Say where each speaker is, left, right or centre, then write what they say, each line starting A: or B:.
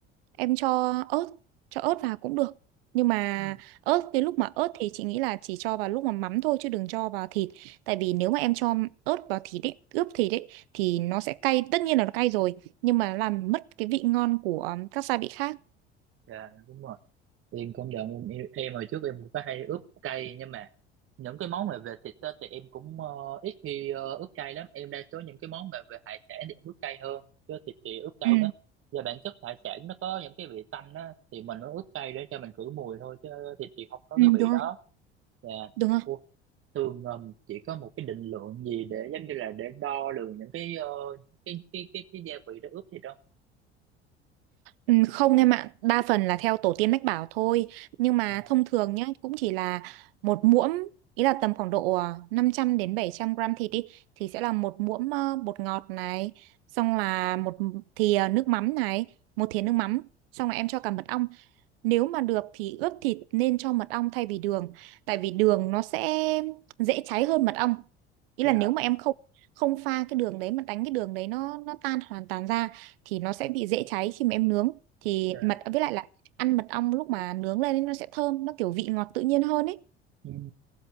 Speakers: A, on the right (about 60°); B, on the right (about 40°).
A: em cho ớt, cho ớt vào cũng được. Nhưng mà
B: ừ,
A: ớt cái lúc mà ớt thì chị nghĩ là chỉ cho vào lúc mà mắm thôi chứ đừng cho vào thịt. Tại vì nếu mà em cho ớt vào thịt ấy, ướp thịt ấy thì nó sẽ cay, tất nhiên là nó cay rồi, nhưng mà làm mất cái vị ngon của ờ, các gia vị khác.
B: dạ, đúng rồi thì em công nhận em, em, em hồi trước em cũng có hay ướp cay nhưng mà những cái món mà về thịt á, thì em cũng ờ, ít khi ờ, ướp cay lắm em đa số những cái món mà về hải sản thì em ướp cay hơn chứ thịt thì ướp cay
A: Ừ,
B: đó và bản chất hải sản nó có những cái vị tanh á thì mình nó ướp cay để cho mình khử mùi thôi chứ thịt thì không có
A: ừ,
B: cái vị
A: đúng
B: đó
A: rồi,
B: và
A: đúng rồi.
B: ô, thường ừm, chỉ có một cái định lượng gì để giống như là để đo lường những cái ờ, cái cái cái cái gia vị đó ướp thịt đâu
A: Ừ, không em ạ, đa phần là theo tổ tiên mách bảo thôi. Nhưng mà
B: dạ
A: thông thường nhá, cũng chỉ là một muỗng, ý là tầm khoảng độ à, 500 đến 700 gram thịt đi, thì sẽ là một muỗng ờ, bột ngọt này, xong là một thìa nước mắm này, một thìa nước mắm, xong là em cho cả mật ong Nếu mà được thì ướp thịt nên cho mật ong thay vì đường, tại vì đường nó sẽ dễ cháy hơn mật ong. Ý
B: dạ
A: là nếu mà em không không pha cái đường đấy mà đánh cái đường đấy nó nó tan hoàn toàn ra thì nó sẽ bị dễ cháy khi mà em nướng. Thì
B: dạ
A: mật với lại là ăn mật ong lúc mà nướng lên ấy, nó sẽ thơm, nó kiểu vị ngọt tự nhiên hơn ấy.
B: Ừ.